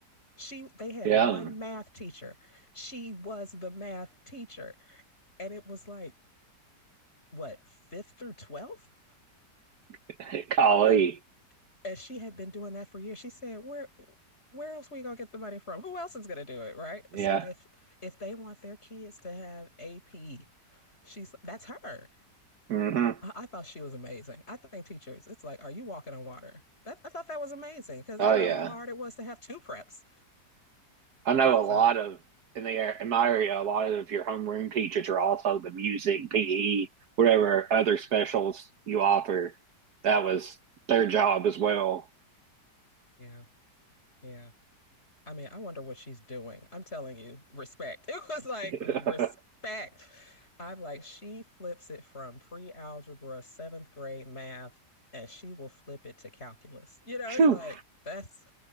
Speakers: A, on the left (about 35°); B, on the right (about 65°).
A: She, they had
B: Yeah.
A: one math teacher. She was the math teacher. And it was like, what fifth through twelfth.
B: <laughs> Golly.
A: Like, as she had been doing that for years, she said, "Where, where else we gonna get the money from? Who else is gonna do it, right?"
B: Yeah.
A: So if if they want their kids to have AP, she's that's her.
B: hmm
A: I, I thought she was amazing. I think teachers, it's like, are you walking on water? That, I thought that was amazing because
B: Oh,
A: I know
B: yeah.
A: how hard it was to have two preps.
B: I know a
A: So
B: lot of in the ar- in my area, a lot of your homeroom teachers are also the music, PE, whatever other specials you offer. That was their job as well.
A: yeah, yeah. I mean, I wonder what she's doing. I'm telling you, respect. <laughs> It was like
B: <laughs>
A: respect. I'm like, she flips it from pre-algebra, seventh grade math, and she will flip it to calculus. You know,
B: Phew.
A: it's like that's